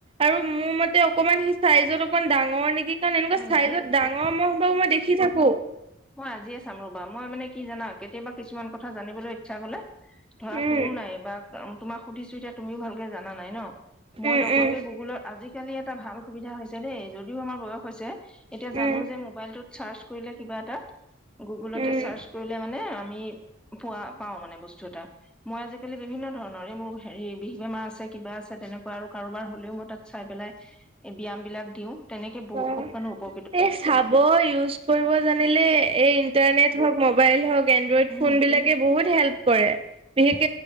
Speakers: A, on the right (about 30°); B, in the centre.
A: আৰু মোৰ মতে অকমান সি চাইজত অকমান ডাঙৰ নেকি কাৰণ এনেকুৱা
B: হয়
A: চাইজত
B: নেকি
A: ডাঙৰ মহ বাহু মই দেখি থাকো।
B: মই আজিয়ে চাম ৰ'বা মই মানে কি জানা কেতিয়াবা কিছুমান কথা জানিবলৈ ইচ্ছা হলে ধৰা
A: উম
B: কোনো নাই বা তোমাক সুধিছো এতিয়া তুমিও ভালকে জানা নাই ন মই
A: উম
B: লগতে
A: উম
B: গুগলৰ আজি আজিকালি এটা ভাল সুবিধা হৈছে দেই যদিও আমাৰ বয়স হৈছে এতিয়া জানো
A: উম
B: যে মোবাইলটোত চাৰ্চ কৰিলে কিবা এটা গুগলতে
A: উম
B: চাৰ্চ কৰিলে মানে <unintelligible> পোৱা পাওঁ মানে বস্তু এটা মই আজিকালি বিভিন্ন ধৰণৰ এই মোৰ হেৰী বিষ বেমাৰ আছে কিবা আছে তেনেকুৱা আৰু কাৰোবাৰ হলেও মই তাত চাই পেলাই এই ব্যায়াম বিলাক দিওঁ তেনেক কে বহুত
A: অ
B: মানে উপৰ
A: এই চাব ইউজ কৰিব জানিলে এই ইণ্টাৰনেট হওঁক, মবাইল হওঁক, এনড্ৰইড
B: উম
A: ফোন বিলাকে বহুত হেল্প কৰে বিশেষ